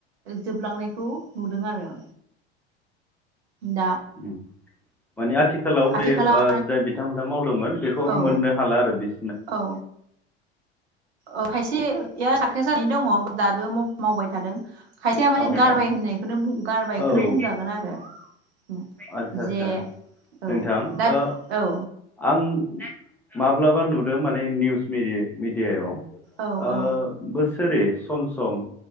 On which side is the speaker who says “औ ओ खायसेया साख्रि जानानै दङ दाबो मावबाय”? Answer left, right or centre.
Right